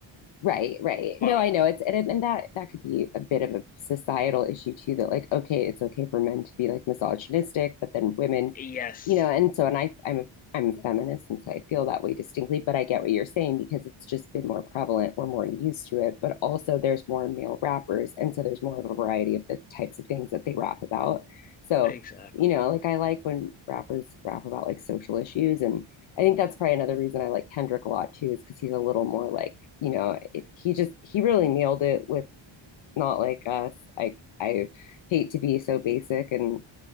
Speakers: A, on the left; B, on the left.
A: Right, right.
B: But
A: No, I know it's and and that that could be a bit of a societal issue too, that like, okay, it's okay for men to be like misogynistic, but then women,
B: yes,
A: you know, and so and I I'm a I'm a feminist and so I feel that way distinctly, but I get what you're saying because it's just been more prevalent. We're more used to it, but also there's more male rappers, and so there's more of a variety of the types of things that they rap about. So,
B: exactly.
A: you know, like I like when rappers rap about like social issues and I think that's probably another reason I like Kendrick a lot too, is because he's a little more like, you know, it, he just he really nailed it with not like us. I I hate to be so basic and